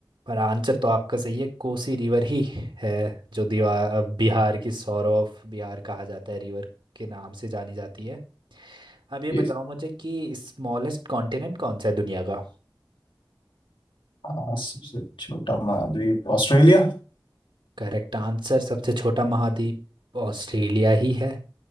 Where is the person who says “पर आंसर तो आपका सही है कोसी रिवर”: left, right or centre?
Right